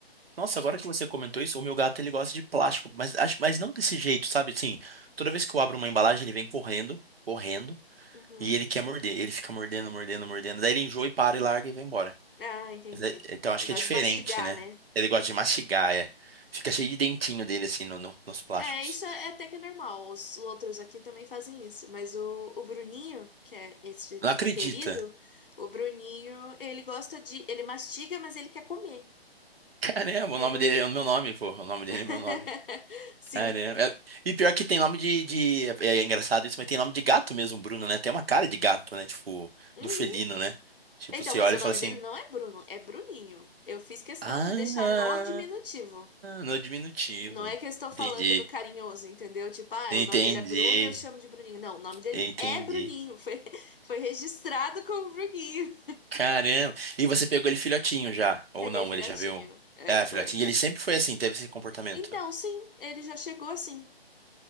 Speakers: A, on the right; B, on the left.
A: nossa, agora que você comentou isso, o meu gato ele gosta de plástico, mas acho, mas não desse jeito, sabe? Assim, toda vez que eu abro uma embalagem, ele vem correndo, correndo,
B: Uhum.
A: e ele quer morder, ele fica mordendo, mordendo, mordendo, daí ele enjoa e para e larga e vai embora.
B: Ah, entendi.
A: Mas é- Então acho
B: Ele
A: que
B: gosta
A: é diferente,
B: de mastigar,
A: né?
B: né?
A: Ele gosta de mastigar, é. Fica cheio de dentinho dele assim no, no- nos plásticos.
B: É, isso é até que é normal. Os outros aqui também fazem isso, mas o, o Bruninho, que é esse
A: Não acredita.
B: querido, o Bruninho, ele gosta de. Ele mastiga, mas ele quer comer,
A: Caramba,
B: ele quer
A: o nome
B: engolir.
A: dele é o meu nome, pô. O nome dele
B: <laughs>
A: é meu nome.
B: Sim.
A: Caramba. É- E pior que tem nome de, de- É é engraçado isso, mas tem nome de gato mesmo, Bruno, né? Tem uma cara de gato, né? Tipo,
B: Uhum.
A: do felino, né? Tipo,
B: Então,
A: você
B: mas
A: olha
B: o
A: e fala
B: nome
A: assim.
B: dele não é Bruno, é Bruninho. Eu fiz questão
A: Ah,
B: de deixar no diminutivo.
A: no diminutivo.
B: Não é que eu estou
A: Entendi.
B: falando no carinhoso, entendeu? Tipo, ah,
A: Entendi.
B: o nome dele é Bruno, e eu chamo de Bruninho. Não, o nome dele
A: Entendi.
B: é Bruninho. Foi, <laughs> foi registrado como Bruninho.
A: Caramba. E você pegou ele filhotinho já? Ou
B: Peguei
A: não?
B: filhotinho.
A: Ele já veio.
B: É,
A: É,
B: foi.
A: filhotinho. E ele sempre foi assim, teve esse comportamento.
B: Então, sim, ele já chegou assim